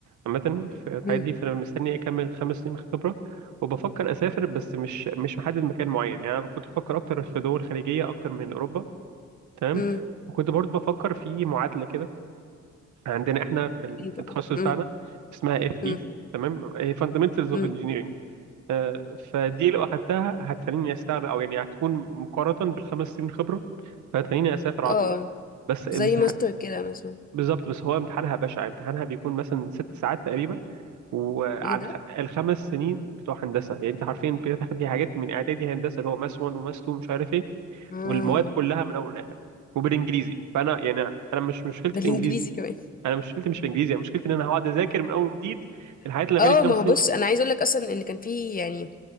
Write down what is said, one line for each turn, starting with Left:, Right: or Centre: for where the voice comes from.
Right: عامه في الحاجات
Left: امم
Right: دي فانا مستني اكمل خمس سنين خبره وبفكر اسافر بس مش مش محدد مكان معين يعني انا كنت بفكر اكتر في دول خليجيه اكتر من اوروبا تمام
Left: امم
Right: وكنت برضو بفكر في معادله كده عندنا احنا في ال-
Left: ايه
Right: في
Left: بقى
Right: التخصص بتاعنا
Left: امم
Right: اسمها اف
Left: امم
Right: اي تمام فاندمنتالز اوف
Left: امم
Right: انجينيرنج آه، فدي لو اخدتها هتخليني استغنى او يعني هتكون مقارنة بالخمس سنين خبرة فهتخليني اسافر على
Left: اه
Right: طول بس امتحان
Left: زي ماستر كده مثلا
Right: بالظبط بس هو امتحانها بشع امتحانها بيكون مثلا ست ساعات تقريبا وعن
Left: ايه ده
Right: خ... الخمس سنين بتوع هندسة يعني انت عارفين بتاخدي حاجات من اعدادي هندسة اللي هو ماس 1 وماس 2 مش عارف ايه
Left: اه
Right: والمواد كلها من اول لاخر وبالانجليزي فانا يعني انا مش مشكلتي
Left: بالانجليزي
Right: في انجليزي
Left: كمان
Right: انا مشكلتي مش في انجليزي انا مشكلتي ان انا هقعد اذاكر من اول جديد الحاجات
Left: <laughs>
Right: اللي أنا
Left: اه
Right: بقالي خمس
Left: ما هو
Right: سنين
Left: بص انا عايز اقول لك اصلا ان كان في يعني